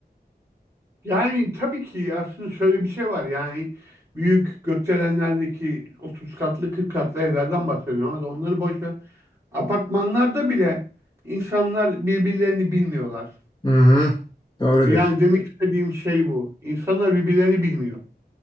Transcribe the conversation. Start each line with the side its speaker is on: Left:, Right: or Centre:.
Right: Yani tabii ki aslında şöyle bir şey var yani büyük gökdelenlerdeki 30 katlı 40 katlı evlerden bahsediyorum ama onları boş ver. Apartmanlarda bile insanlar birbirlerini bilmiyorlar.
Left: Hı hı. Doğru
Right: Yani
Left: diyorsun.
Right: demek istediğim şey bu. İnsanlar birbirlerini bilmiyor.